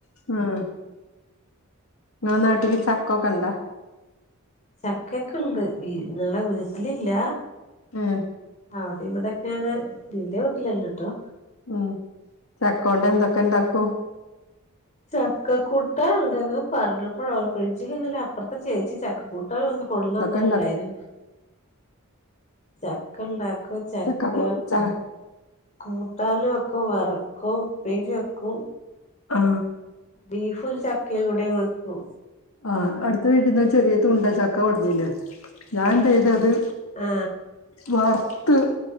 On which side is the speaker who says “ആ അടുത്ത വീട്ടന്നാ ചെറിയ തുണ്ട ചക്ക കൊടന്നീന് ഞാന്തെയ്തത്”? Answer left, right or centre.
Left